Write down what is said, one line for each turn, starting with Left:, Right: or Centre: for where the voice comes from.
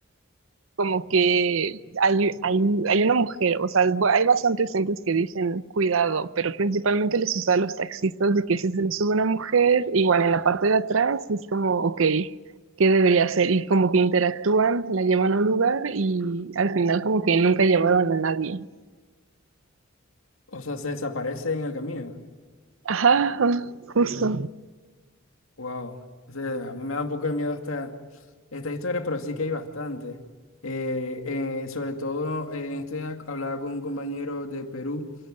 Right: como que hay, hay, hay una mujer, o sea, hay bastantes centros que dicen cuidado, pero principalmente les usa a los taxistas de que si se les sube una mujer, igual en la parte de atrás es como, ok, qué debería hacer y como que interactúan, la llevan a un lugar y al final como que nunca llevaron a nadie.
Left: O sea, se desaparece en el camino.
Right: Ajá, justo.
Left: Wow. O sea, a mí me da un poco de miedo esta, esta historia, pero sí que hay bastante. Eh, eh, sobre todo, eh, en estos días hablaba con un compañero de Perú